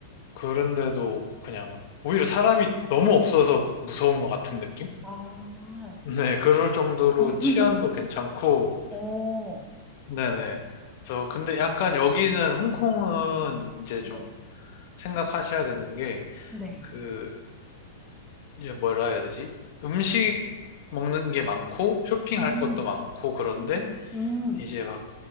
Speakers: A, on the left; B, in the centre.
A: 그런데도 그냥 오히려 사람이 너무 없어서 무서운 것 같은 느낌?
B: 아.
A: <laughs> 네, 그럴 정도로
B: <laughs>
A: 치안도 괜찮고
B: 어.
A: 네네. 그래서 근데 약간 여기는 홍콩은 이제
B: 네.
A: 좀 생각하셔야 되는 게
B: 네.
A: 그 이제 뭐라 해야 되지? 음식 먹는 게 많고 쇼핑할
B: 음.
A: 것도 많고 그런데
B: 음. 음.
A: 이제 막